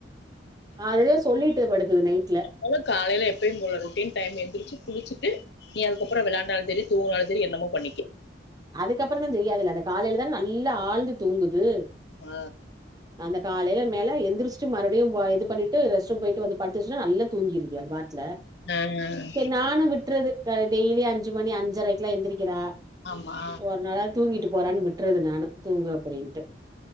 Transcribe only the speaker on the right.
அதுவே சொல்லிட்டு படுக்குது நைட்ல
அதுக்கப்புற தான செய்யாதுல்ல அந்த காலையில தான நல்லா ஆழ்ந்து தூங்குது
ம் அந்த காலையில மேல எந்திரிச்ஸ்ட்டு மறுபடியு இது பண்ணிட்டு ரெஸ்ட் ரூம் போயிட்டு வந்து படுத்துச்சுா நா தூங்கிருது அது பாட்ல
செர் நானு விட்றது அ டெய்லியு அஞ்சு மணி அஞ்சரைக்கெல்லா எந்திரிக்கிறா
ஒரு நாளாவ்து தூங்கிட்டு போறான் விட்ற்றது நானு தூங்கு அப்படின்ட்டு